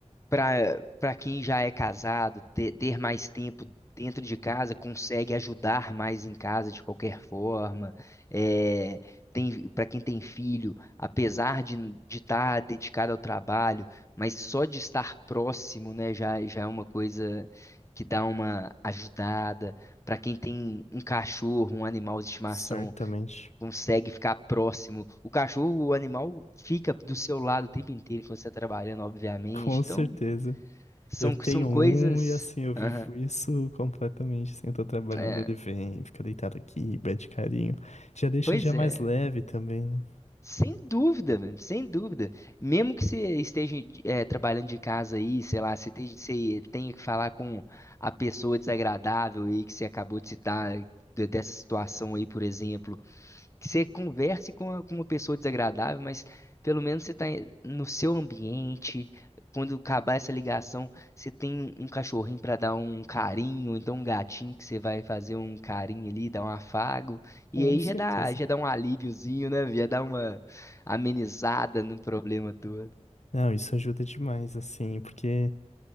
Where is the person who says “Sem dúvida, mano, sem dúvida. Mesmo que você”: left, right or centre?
Left